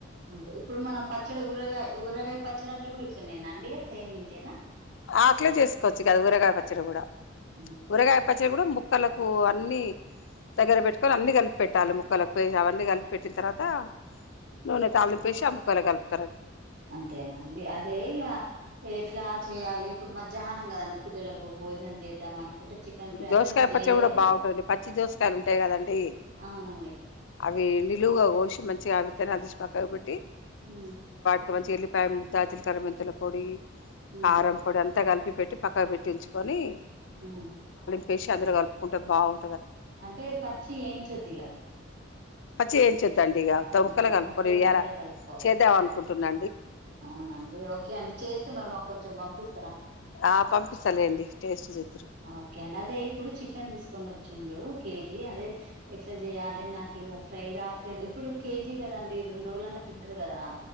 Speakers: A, on the right; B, on the left.
A: అంతే ఇప్పుడు మనం పచ్చడి ఊరగాయ ఊరగాయ పచ్చడి అంటే కూడా ఇట్లనేనా అండి సేమ్ ఇంతేనా
B: ఆట్లే చేసుకోవచ్చు కదా ఊరగాయ పచ్చడి కూడా
A: ఉమ్
B: ఊరగాయ పచ్చడి కూడా ముక్కలు ప్పు అన్ని దగ్గర పెట్టుకొని అన్ని కలిపి పెట్టాలి ముక్కలకు అవన్నీ కలిపిపెట్టిన తర్వాత త నూనె తాలింపేసి ఆ ముక్కలు కలుపు
A: అంతేనాండి అదే ఇగ ఎట్లా చేయాలి ఇప్పుడు మధ్యాహ్నం కదండి పిల్లలకు భోజనం చేద్దాం అనుకుంటే చికెన్ ఫ్రై అంటే
B: దోసకాయ
A: నువ్వు జేయవు
B: పచ్చడి కూడా బాగుంటుంది పచ్చి దోసకాయలు ఉంటాయి కదండి
A: అవునండి
B: అవి నిలువుగా కోసి మంచిగా ఆవిత్తనే అది తీసి పక్కన కాబట్టి
A: హ్మ్
B: ఇగ మంచిగ ఎల్లిపాయ ముద్దా జీలకర్ర మెంతుల పొడి
A: ఉమ్
B: కారం పొడి అంతా కలిపి పెట్టి పక్కన పెట్టి ఉంచు కొని
A: హ్మ్
B: ఫిష్ అందులో కలుపుకుంటే బావుం
A: అంటే పచ్చి ఏయించొద్దుదిగా
B: పచ్చియి వేయించొద్దండి ఇక త ముక్కలు
A: ఆహా
B: కలుపుకొని
A: ముక్కలు
B: గాయాలు
A: కలుపుకోవాలి
B: చేద్దామనుకుంటున్నా
A: అవునండి ఓకే అండి చేస్తే మరి మాకు కొంచెం పంపిస్త
B: ఆ పంపిస్తలేండి టేస్ట్ చూద్దురు
A: ఓకే అండి అదే ఇప్పుడు చికెన్ తీసుకొని వచ్చిండ్రు కేజీ అదే ఎట్లా చేయాలి నాకు నాక ఏమో ఫ్రై రావట్లేదు ఇప్పుడు కేజీ కదండి రెండు రోజలన్నా తింటారు కదా